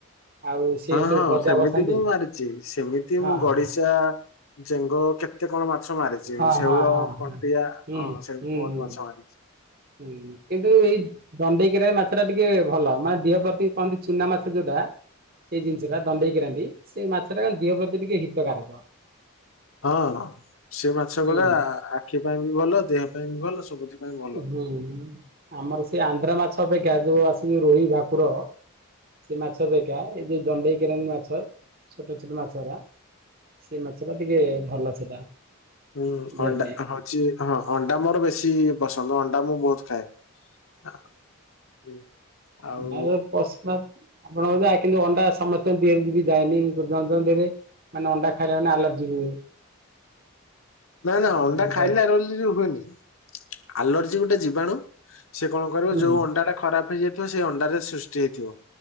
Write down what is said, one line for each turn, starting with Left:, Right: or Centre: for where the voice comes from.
Right: ଆଉ ସେ
Left: ହଁ
Right: ସବୁ
Left: ହଁ
Right: ବଜା
Left: ସେମିତି
Right: ବସାନ୍ତି
Left: ବି ମୁଁ ମାରିଛି ସେମିତି
Right: ହଁ
Left: ମୁଁ ଗଡିଶା
Right: ହଁ
Left: ଜେଙ୍ଗ କେତେ କଣ ବା? ମାଛ ମାରିଛି
Right: ହଁ
Left: ଶେଉଳ
Right: ହଁ ହଁ ହଁ।
Left: କଣ୍ଟିଆ
Right: ହୁଁ
Left: ହଁ ସେଉ
Right: ହୁଁ
Left: ବହୁତ
Right: ହୁଁ
Left: ମାଛ ମାରିଛି।
Right: ହୁଁ କିନ୍ତୁ ଏଇ ଦଣ୍ଡେଇ ମାଛ ଟା ଟିକେ ଭଲ ମାନେ ଦେହ ପ୍ରତି କଣନ୍ତି ଚୁନା ମାଛ ଯୋଉଟା ସେଇ ଜିନିଷ ଟା ଦଣ୍ଡେଇକି ରାନ୍ତି ସେଇ ମାଛ ଟା କ ଦେିହ ପ୍ରତି ଟିକେ ହିତକାରକ।
Left: ହଁ ସେ ମାଛ
Right: ହୁଁ
Left: ଗୁଡା ଆଖି ପାଇଁ ବି ଭଲ ଦେହ ପାଇଁ ବି ଭଲ ସବୁଥି ପାଇଁ ଭଲ।
Right: ହୁଁ ଆମର ସେ ଆନ୍ଧ୍ରା ମାଛ ଅପେକ୍ଷା ଯୋଉ ଆସିବି ରୋହି ଭାକୁର ସେ ମାଛ ବା ଦଣ୍ଡେଇ କିରଣ ମାଛ ଛୋଟ ଛୋଟ ମାଛରା ସେ ମାଛ ଟା ଟିକେ ଭଲ ସେଟା।
Left: ହୁଁ
Right: ଦେହ
Left: ଅଣ୍ଡା
Right: ପାଇଁ।
Left: ହଉଛି ହଁ ଅଣ୍ଡା ମୋର ବେଶୀ ପସନ୍ଦ ଅଣ୍ଡା ମୁଁ ବହୁତ ଖାଏ। ହୁଁ। ଆଉ
Right: ଆପଣଙ୍କ କିନ୍ତୁ ଅଣ୍ଡା ସମ ରେ ଯ ଯାଏନିରେ ମାନେ ଅଣ୍ଡା ଖାଇଲା ମାନେ ଆଲର୍ଜି ହୁଏ।
Left: ନା ନା
Right: ଆଉ
Left: ଅଣ୍ଡା
Right: ଏମିତି
Left: ଖାଇଲେ ଆ ର ହୁଏନି ଆଲର୍ଜି ଗୋଟେ ଜୀବାଣୁ ସେ କଣ କରିବ
Right: ହୁଁ
Left: ଯୋଉ ଅଣ୍ଡା ଟା ଖରାପ ହେଇଯାଇଥିବ ସେଇ ଅଣ୍ଡାରେ ସୃଷ୍ଟି ହେଇଥିବ।